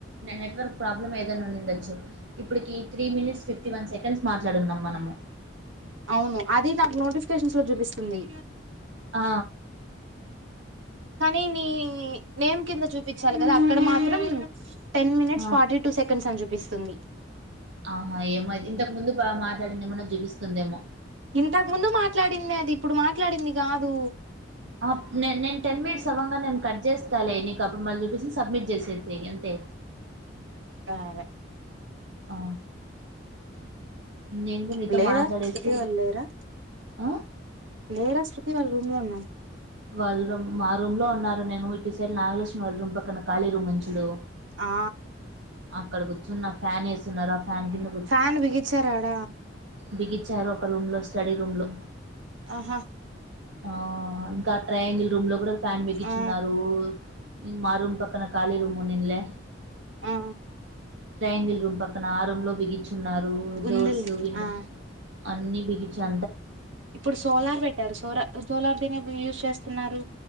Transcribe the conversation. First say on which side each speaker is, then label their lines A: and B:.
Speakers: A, on the right; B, on the right.
A: నెట్వర్క్ ప్రాబ్లం ఏదైనా ఉండుండచ్చు ఇప్పుటికి three minutes fifty one seconds మాట్లాడునామ్ మనము
B: అవును అది నాకు నోటిఫికేషన్స్ లో చూపిస్తుంది
A: ఆ
B: కానీ నీ నేమ్ కింద చూపిచాలి కదా అక్కడ మాత్రం టె మనిట్స్
A: ఆ
B: ఫార్టీ టూ సెకండ్స్ అని చు కనిపిస్తుంది
A: ఆహా ఏమో అయితే ఇంతకు ముందు బాగా మాట్లాడిందేమన్నా చూపిస్తుందేమో
B: ఇంతకు ముందు మాట్లాడిందే అది ఇప్పుడు మాట్లా మాట్లాడింది కాదు
A: ఆ నే నేను టెన్ మినిట్స్ అవ్వంగా నేను కట్ చేస్తాలే నీకు అప్పుడు మళ్ళీ చూపిస్తోంది సబ్మిట్ అంతే
B: సరే
A: ఆ నేను కూడా
B: ఇప్పుడు
A: నీతో
B: లేద
A: మాట్లాడేసి
B: శృతి వాళ్ళు లేరా
A: ఆ
B: లేర సు శృతి వాళ్ళ రూమ్ లో ఉన్న
A: వాళ్ళ మా రూమ్ లో ఉన్నారు నేను ఇ సైడ్ నాగలక్ష్మి వాళ్ళ రూమ్ పక్కన ఖాళీ రూమ్ ఉంది చూడు
B: ఆ
A: అక్కడ కూర్చున్న ఫ్యాన్ వేసున్నారు ఫ్యాన్ కింద
B: ఫ్యాన్ బిగిచార ఆడ
A: బిగి ఒక రూమ్ లో స్టడీ రూమ్ లో
B: ఆహా
A: ఆ ఆ ట్రయాంగిల్ రూమ్ లో కూడా ఫ్యాన్ బిగిచున్నారు
B: ఆ
A: ఇ మా రూ పక్కన కాలి రూమ్ ఉన్నింలే
B: ఆ
A: ట్రియాంగిల్ రూమ్ పక్క ఆ రూమ్ లోబిగుచ్చు న్నారు డోర్స్
B: ఉందిలే
A: విన్
B: ఆ
A: అన్ని బిగిచా
B: ఇప్పుడు సోలార్ పెట్టారు సోర సోలార్ దీని యూజ్ చేస్త న్నారు